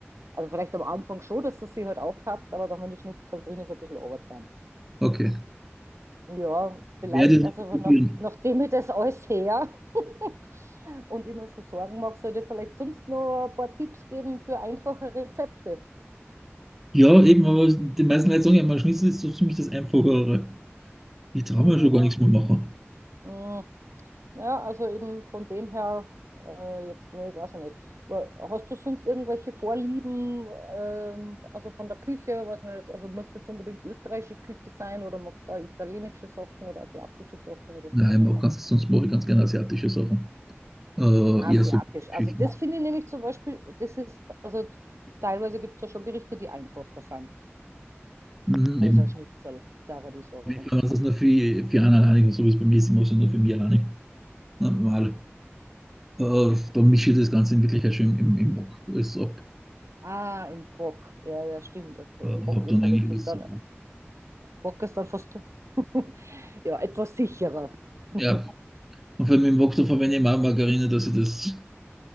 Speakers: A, on the right (about 85°); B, in the centre.
A: Also vielleicht am Anfang schon, dass das sich halt aufhatzt, aber dann, wenn der Schnitzel drin ist, ein bisschen runtertragen.
B: Okay.
A: Ja, vielleicht,
B: Werde ich
A: also
B: nicht probieren.
A: nach, nachdem ich das alles her <laughs> und immer schon Sorgen mache, sollte ich vielleicht sonst noch ein paar Tipps geben für einfache Rezepte.
B: Ja, eben, aber die meisten Leute sagen ja, mein Schnitzel ist so ziemlich das Einfachere. Ich traue
A: Mm,
B: mir schon gar nichts mehr machen.
A: mm. Ja, also eben von dem her äh, jetzt nicht, weiß ich nicht. Aber hast du sonst irgendwelche Vorlieben, ähm, also von der Küche, weiß nicht, also muss jetzt unbedingt österreichische Küche sein oder magst du auch italienische Sachen oder asiatische Sachen oder so?
B: Nein, ich mach ganz, sonst mache ich ganz gerne asiatische Sachen. Äh,
A: Asiatisch.
B: eher so Geschichten.
A: Also das finde ich nämlich zum Beispiel, das ist, also teilweise gibt es ja schon Gerichte, die einfacher sind.
B: Mhm,
A: Also
B: eben.
A: ein Schnitzel, da würde ich sagen.
B: Ja, Ich glaube, das ist nur für, für einen alleinigen, so wie es bei mir ist, ich mache es nur für mich alleinig. Normal. Äh, dann mische ich das Ganze in Wirklichkeit schon im, im, im Wok alles ab.
A: Ah, im Wok. Ja, ja, stimmt. Also
B: Äh,
A: im Wok
B: hab
A: ist
B: dann
A: ja
B: eigentlich
A: wirklich
B: alles
A: dann,
B: so.
A: Pakistan fast <laughs> ja, etwas sicherer. <laughs>
B: Ja, und vor allem im Wok, da verwende ich auch Margarine, dass ich das,